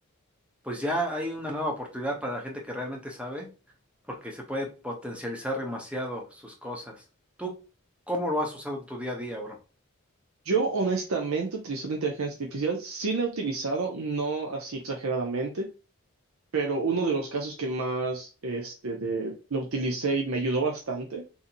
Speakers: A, in the centre; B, on the right.
A: pues ya hay una nueva oportunidad para la gente que realmente sabe, porque se puede potencializar demasiado sus cosas. ¿Tú cómo lo has usado en tu día a día, bro?
B: Yo honestamente utilizo la inteligencia artificial, sí la he utilizado, no así exageradamente, pero uno de los casos que más este, de, lo utilicé y me ayudó bastante